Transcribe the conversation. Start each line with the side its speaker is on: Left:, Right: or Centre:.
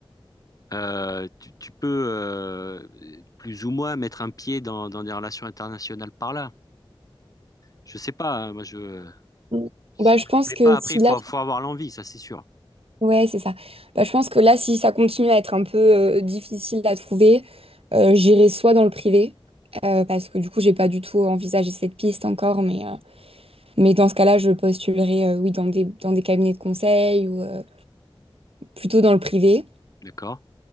Left: Euh, tu, tu peux euh, plus ou moins mettre un pied dans, dans des relations internationales par là. Je sais pas, hein, moi je,
Right: Ouais.
Left: si
Right: Bah, je
Left: ça
Right: pense
Left: te plaît
Right: que
Left: pas, après
Right: si
Left: il
Right: là,
Left: faut, faut avoir l'envie, ça c'est sûr.
Right: Ouais, c'est ça. Bah, je pense que là, si ça continue à être un peu euh, difficile à trouver, euh, j'irai soit dans le privé, euh, parce que du coup, j'ai pas du tout envisagé cette piste encore, mais, euh, mais dans ce cas-là, je postulerai euh, oui, dans des, dans des cabinets de conseil ou euh, plutôt dans le privé,
Left: D'accord?